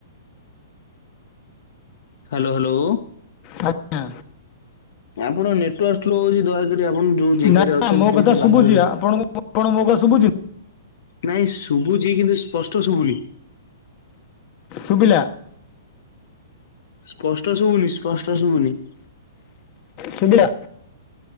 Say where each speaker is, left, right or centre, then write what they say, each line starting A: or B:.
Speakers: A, on the left; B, on the left.
A: Hello hello!
B: ଆଜ୍ଞା!
A: ଆପଣ ନେଟୱର୍କ ସ୍ଲୋ ହେଉଛି ଦୟାକରି ଆପଣ ଯେଉ ଜେଗାରେ
B: ନା ନା,
A: ଅଛନ୍ତି
B: ମୋ
A: ଯାଇକି
B: କଥା
A: ଟିକେ
B: ଶୁଭୁଛି
A: ବାହାରକୁ!
B: ଆପଣଙ୍କୁ ଆପଣ ମୋ କଥା ଶୁଭୁଚି!
A: ନାଇଁ ଶୁଭୁଛି କିନ୍ତୁ ସ୍ପଷ୍ଟ ଶୁଭୁନି!
B: ଶୁଭିଲା!
A: ସ୍ପଷ୍ଟ ଶୁଭୁନି ସ୍ପଷ୍ଟ ଶୁଭୁନି!
B: ସୁବିଲା!